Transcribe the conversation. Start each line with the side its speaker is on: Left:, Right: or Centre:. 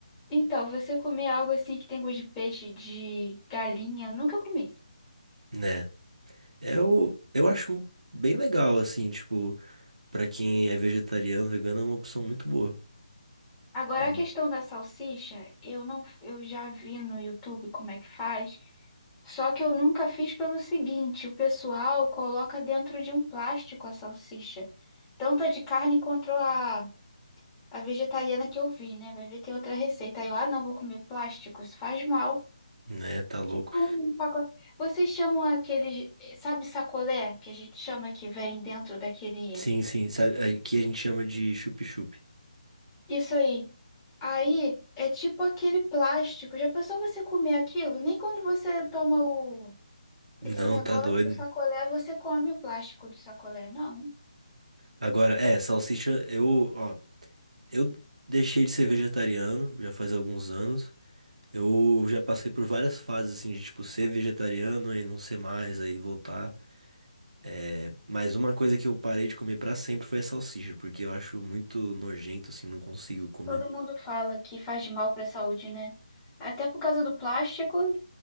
Left: Então, você comer algo assim que tem gosto de peixe, de galinha, nunca comi.
Right: né? Eu, eu acho bem legal, assim, tipo, pra quem é vegetariano, vegano é uma opção muito boa.
Left: Agora,
Right: E,
Left: a questão da salsicha, eu não, eu já vi no YouTube como é que faz, só que eu nunca fiz pelo seguinte, o pessoal coloca dentro de um plástico a salsicha, tanto a de carne quanto a, a vegetariana que eu vi, né? Vai ver, tem outra receita. Aí eu, ah, não, vou comer plástico, isso faz mal.
Right: né, tá louco.
Left: Tipo um pacote. Vocês chamam aqueles, eh, sabe sacolé, que a gente chama que vem dentro daquele
Right: Sim, sim, sabe, aqui a gente chama de chup-chup.
Left: Isso aí. Aí é tipo aquele plástico. Já pensou você comer aquilo? Nem quando você toma o...
Right: Não,
Left: esse negócio,
Right: tá doido.
Left: o sacolé, você come o plástico do sacolé, não.
Right: Agora, é, salsicha, eu, ó, eu deixei de ser vegetariano já faz alguns anos. Eu já passei por várias fases, assim, de, tipo, ser vegetariano e não ser mais, aí voltar. É, Mas uma coisa que eu parei de comer pra sempre foi a salsicha, porque eu acho muito nojento, assim, não consigo comer.
Left: Todo mundo fala que faz mal para a saúde, né? Até por causa do plástico,